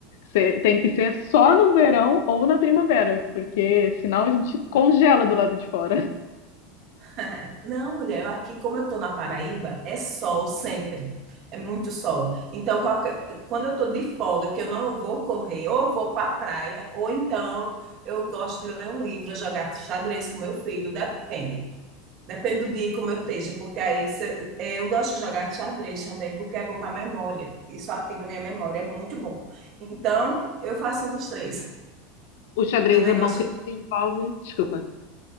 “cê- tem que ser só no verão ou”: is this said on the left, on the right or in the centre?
Left